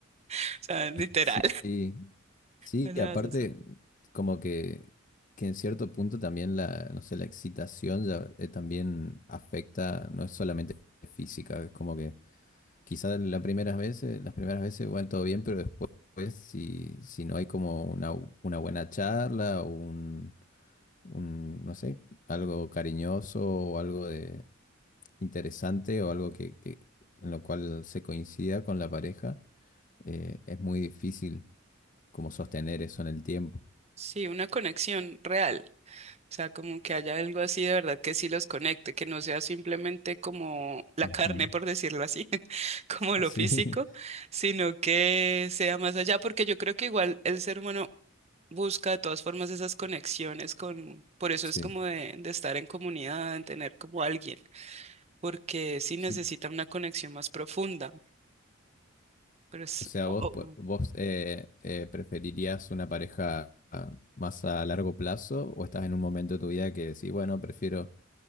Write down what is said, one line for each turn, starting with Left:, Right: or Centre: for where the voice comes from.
Right: o sea, literal,
Left: Sí, sí,
Right: no la
Left: y aparte,
Right: vas a soportar.
Left: como que, que en cierto punto también la, no sé, la excitación ya, eh, también afecta, no es solamente física, es como que quizás las primeras veces, las primeras veces, bueno, todo bien, pero después, pues, si, si no hay como una, una buena charla o un, un, no sé, algo cariñoso o algo de interesante o algo que, que- en lo cual se coincida con la pareja, eh, es muy difícil como sostener eso en el tiempo.
Right: Sí, una conexión real, o sea, como que haya algo así de verdad que sí los conecte, que no sea simplemente como la
Left: Ujú.
Right: carne, por decirlo así, <laughs> como lo
Left: Sí,
Right: físico, sino que sea más allá, porque yo creo que igual el ser humano busca de todas formas esas conexiones con, por eso
Left: <laughs>
Right: es como
Left: sí,
Right: de, de estar en comunidad, en tener como alguien, porque sí necesita
Left: sí.
Right: una conexión más profunda. Pero es,
Left: O sea,
Right: o-
Left: vos, pu-
Right: o-
Left: vos eh, eh, preferirías una pareja ah, más a largo plazo o estás en un momento de tu vida que decís, bueno, prefiero